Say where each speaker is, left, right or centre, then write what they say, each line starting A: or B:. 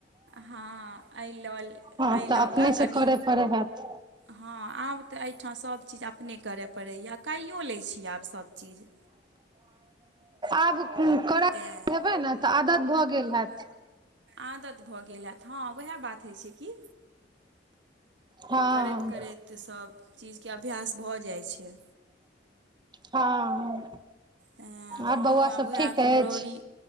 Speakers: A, on the right; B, on the right.
A: हँ एहि ल
B: हँ
A: एहि
B: तऽ
A: लऽ
B: अपनेसँ
A: कऽ कनि
B: करय पड़ै हैत
A: हँ आब तऽ एहिठाम सभचीज अपने करय पड़ैए कालइहियो लै छी आब सभचीज।
B: आब करा
A: तेँ
B: हेबै ने तऽ आदत भऽ गेल हैत।
A: आदत भऽ गेल हैत हँ उएह बात होइत छै कि
B: हँ
A: करैत करैत सभचीजके अभ्यास भऽ जाइ छै।
B: हँ
A: ह
B: आर
A: हमूँ
B: बौआ
A: आब
B: सब
A: उएह
B: ठीक अछि
A: कुमहरौरी